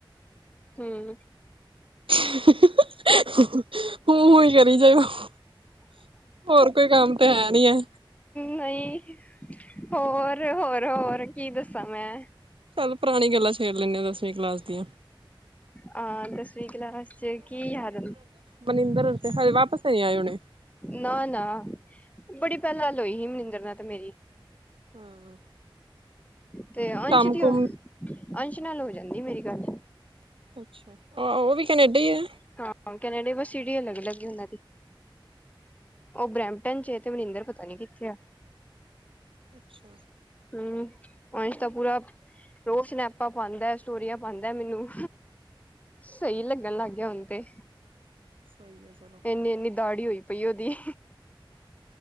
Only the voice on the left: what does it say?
ਹਮ
ਨਹੀਂ ਹੋਰ ਹੋਰ ਹੋਰ ਕੀ ਦੱਸਾਂ ਮੈਂ
ਹਾਂ ਦਸਵੀਂ ਕਲਾਸ ਚੱ ਕੀ ਯਾਦ
ਨਾ ਨਾ ਬੜੀ ਪਹਿਲਾਂ ਹੋਈ ਸੀ ਮਨਿਂਦਰ ਨਾਲ ਤੇ ਮੇਰੀ
ਤੇ ਅੰਸ਼
ਦੀ
ਅੰਸ਼ ਨਾਲ ਹੋ ਜਾਂਦੀ ਮੇਰੀ ਗੱਲ
ਹਾਂ ਕੈਨੇਡੇ ਵਿਚ ਸੀਟੀਜਨ ਨਹੀਂ ਲੱਗੀ ਉਹਨਾਂ ਦੀ ਉਹ ਬਰਂ ਬਰਂਪਟਨ ਵਿਚ ਤੇ ਮਨਿਂਦਰ ਪਤਾ ਨਹੀਂ ਕਿੱਥੇ ਆ
ਹਮ ਅੰਸ਼ ਤਾਂ ਪੂਰਾ ਰੋਜ਼ ਸਨੈਪਾਂ ਪਾਉਂਦਾ ਸਟੋਰੀਆਂ ਪਾਉਂਦਾ ਮੈਨੂੰ ਸਹੀ ਲੱਗਣ ਲੱਗ ਗਿਆ ਹੁਣ ਤੇ
ਇੰਨੀ ਇੰਨੀ ਦਾੜੀ ਹੋਈ ਪਈ ਉਹਦੀ